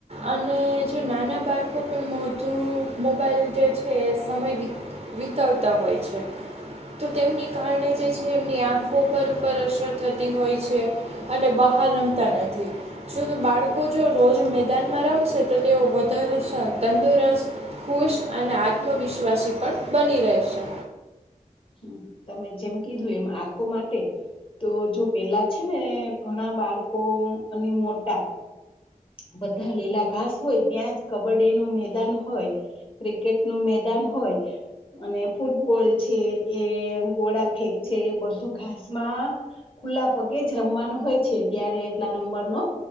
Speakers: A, on the right; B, on the left.
A: અને જો નાના બાળકો પણ <unintelligible> મોબાઈલ જે છે, એ સમય વિત વિતાવતા હોય છે. તો તેમની કારણે જે છે, એમની આંખો પર ઉપર અસર થતી હોય છે. અને બહાર રમતા નથી. જો તો બાળકો જો રોજ મેદાનમાં રમશે, તો તેઓ વધારે સ તંદુરસ્ત ખુશ અને આત્મવિશ્વાસી પણ બની રહેશે.
B: હમ્મ. તમે જેમ કીધું એમ આંખો માટે તો જો પહેલા છે ને, ઘણા બાળકો અને મોટાં બધા લીલા ઘાસ હોય ત્યાં જ કબડ્ડીનું મેદાન હોય ક્રિકેટનું મેદાન હોય અને ફૂટબોલ છે, એ ગોળા ફેંક છે, એ બધું ઘાસમાં ખુલ્લાં પગે જ રમવાનું હોય છે. ત્યારે એટલા નંબરનો